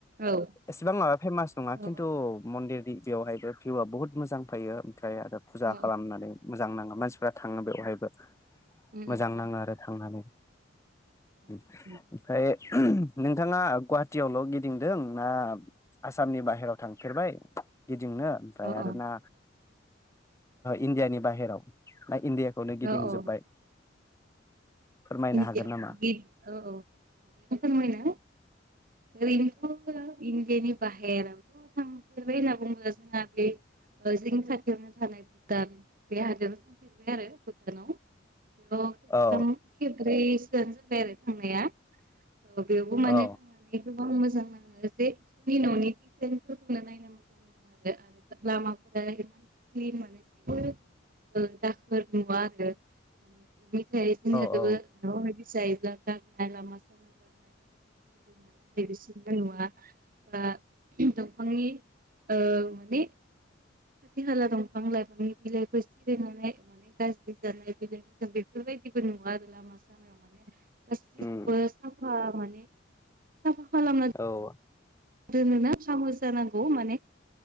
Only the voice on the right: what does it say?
औ
औ
औ
उम
उम
अ
अ
अ अ
इणडियान
गेट औ औ फोरमायना ओरैनोथ' इण्डियानि बाहेरावथ' थांफेरबाय होनना बुङोब्ला जोंना बे जोंनि खाथियावनो थानाय भुटान बे हादराव थांफेरनबाय आरो भुटानाव। बेयाव खेबथाम
खेबब्रैसोआनो जोबबाय आरो थांनाया। बेयावबो माने
थांनानै गोबां मोजां नाङो जे बिसोरनि न'नि दिजाइनफोरखौनो नायनो मोजां <unintelligible> दाखोर नुवा आरो माने ओमफाय जोंनि
अहाय बि जायोब्ला गारनाय लामा सामा गारनाय बेफोरबायदि <unintelligible> नुवा बा ओ दंफांनि ओ बे खाथि खाला दंफां लाइफांनि बिलाइफोर सिरिनानै माने गाज्रि जानाय बिलाइ जों बेफोरबायदिबो नुवा आरो लामा सामायाव माने गासैखौबो
साफा माने खालाम
दोनोना सामस जानांगौ माने